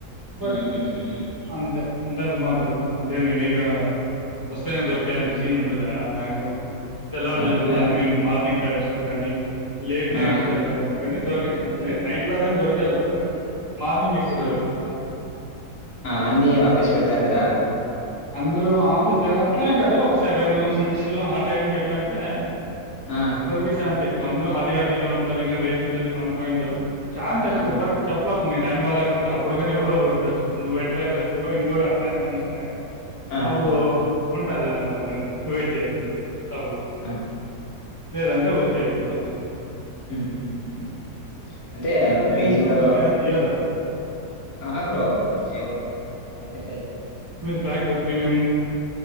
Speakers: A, on the right; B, on the left.
A: బట్
B: హ్మ్. హ్మ్. హ్మ్.
A: అంతే అంతే అంత మాత్రే అం అంటే మీవిగా వస్తేనే దొరికేంత సీన్ ఉండది, ఆడ మాక్సిమం తెల్లారుజము
B: అవునా?
A: లో ఐ మీన్ మార్నింగ్ టైమ్స్ లో కాని లేట్ నైట్
B: ఆహా!
A: స్టైల్ కానీ దొరికే చాన్స్. నెట్ లో దొరికెలు బట్ మార్నింగ్ ఎక్కువ
B: ఆ
A: దొరుకుతా
B: ఆ అన్నీ వాపేసు పెడతారు కదా
A: అందరుూ ఆఫీస్ అట్లనే కాదు ఒక సెవెన్ సిక్స్ ఆ టైంకి ఎట్లా అంటే
B: ఆహాహాహా!
A: దొరికే చాన్స్ ఎక్కువ అందరు హ తయారిలో ఉంటారు ఇంకా లేచిండేళ్ళు పను కోయిండారు ఛాన్స్ ఎక్కువ
B: ఆ!
A: బట్ చెప్పలేక ఉంది టైం బాగకుంటే అప్పుడు కానీ ఎవరో ఓగరు వచ్చ ఇప్పుడు నువ్వుట్లయితే వచ్చినవో ఇంగోడు ఆ ప్లాన్ కొనొస్తే
B: ఆహాహా!
A: అప్పుడు ఉంటారు జనాలు అప్పుడంటే ను వెయిట్ చేయాల అంతే తప్పుదు
B: ఆ!
A: లేదంటే ఉరికె అయిపోవాలంతే
B: హ్మ్మ్ అంటే
A: నీదేంది
B: పేజీలో
A: బ్రో వైఫై జియోదా?
B: ఆ bro Jio wifi
A: stock premium